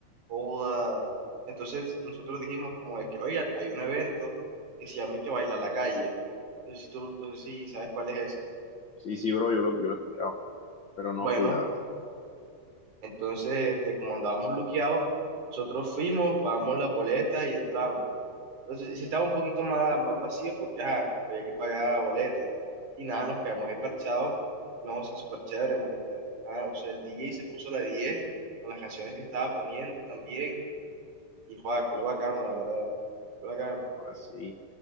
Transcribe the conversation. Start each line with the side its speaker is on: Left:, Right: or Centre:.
Right: Joda. Entonces nosotros dijimos como de que, oigan, hay un evento que se llama y que baila la calle. No sé si tú, no sé si sabes cuál es ese.
Left: Sí, sí, bro, yo lo, yo lo he escuchado, pero no
Right: Bueno,
Left: fui, la verdad.
Right: entonces, este, como andábamos luqueados, nosotros fuimos, pagamos las boletas y entramos. Entonces, sí estaba un poquito más, más vacío porque ajá, había que pagar boleta. Y nada, nos quedamos ahí parchados. No, o sea, súper chévere, marica. Ah, o sea, el DJ se puso la 10 con las canciones que estaba poniendo también. Y joder, culé bacano, la verdad. Culé bacano.
Left: Así.